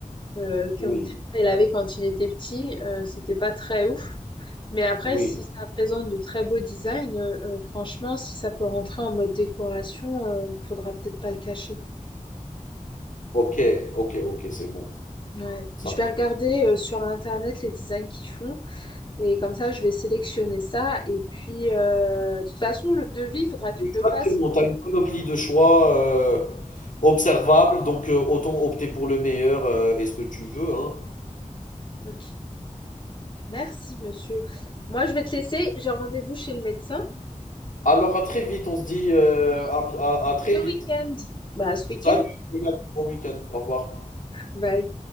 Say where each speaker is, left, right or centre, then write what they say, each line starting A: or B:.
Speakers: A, on the left (about 35°); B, on the left (about 70°).
A: euh, que
B: oui,
A: mon petit frère il avait quand il était petit, euh, c'était pas très ouf. Mais après,
B: oui.
A: si ça présente de très beaux designs, euh, euh, franchement, si ça peut rentrer en mode décoration, euh, faudra peut-être pas le cacher.
B: OK, OK, OK, c'est bon.
A: Ouais.
B: Ça
A: Je vais regarder euh, sur Internet les designs qu'ils font et comme ça, je vais sélectionner ça. Et puis, euh, de toute façon, le devis, il faudra que tu
B: Exactement,
A: me le fasses.
B: tu as une panoplie de choix euh, observables, donc euh, autant opter pour le meilleur euh, et ce que tu veux. hein.
A: Ok. Merci, monsieur. Moi, je vais te laisser. J'ai rendez-vous chez le médecin.
B: Alors à très vite, on se dit euh,
A: Oui,
B: à, à à très
A: ce
B: vite.
A: week-end. Bah, ce week-end.
B: Salut, et bon week-end. Au revoir.
A: Bye.